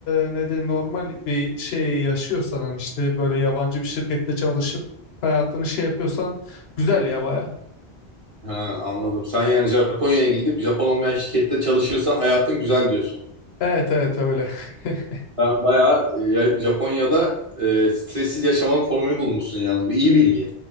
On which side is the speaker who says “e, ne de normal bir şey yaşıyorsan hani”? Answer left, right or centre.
Left